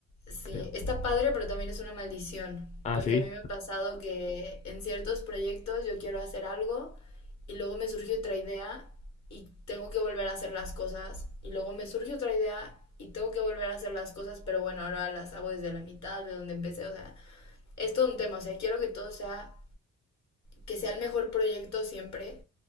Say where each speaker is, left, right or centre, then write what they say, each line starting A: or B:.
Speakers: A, on the left; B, on the left.
A: Sí,
B: creo.
A: está padre, pero también es una maldición,
B: Ah,
A: porque
B: sí,
A: a mí me ha pasado que en ciertos proyectos yo quiero hacer algo y luego me surge otra idea y tengo que volver a hacer las cosas y luego me surge otra idea y tengo que volver a hacer las cosas, pero bueno, ahora las hago desde la mitad de donde empecé, o sea, es todo un tema, o sea, quiero que todo sea, que sea el mejor proyecto siempre